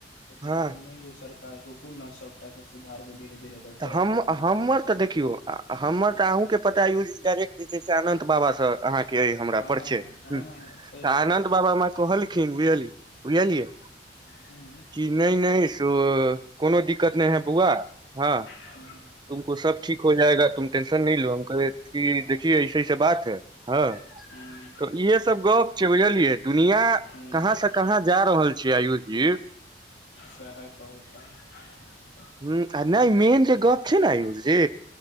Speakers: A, on the left; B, on the right.
A: तऽ कहै
B: हँ
A: छथिन नै यौ सरकार रुकू ने सबटा के सुधारवै धीरे धीरे द
B: तऽ
A: कऽ
B: हम हमर
A: एना कऽ
B: तऽ देखियो
A: कऽ
B: हमर तऽ अहूँ के पता ये डायरेक्ट जे छै से अनंत बाबा सँ अहाँ के अय हमरा
A: हँ
B: परिचय
A: हँ
B: ह
A: सही
B: तऽ
A: बात
B: अनंत बाबा हमरा कहलखिन बुझल बुझलियै
A: हूँ
B: नहि नहि सो कोनो दिक्कत नहि है बौआ हँ
A: हूंम्म
B: तुमको सब ठीक हो जाएगा तुम टेंशन नहि लो हम कह क देखियए ऐसेऐस बात हँ
A: ह <inaudible>
B: तऽ इहे सब गप छै बुझलियै दुनिया
A: हूँ
B: कहाँ
A: हूँ
B: से कहाँ जा रहल छीयै आयुष जी
A: सै है कहू तऽ
B: ह आ नहि मेन जे गप छै ने आयुष जी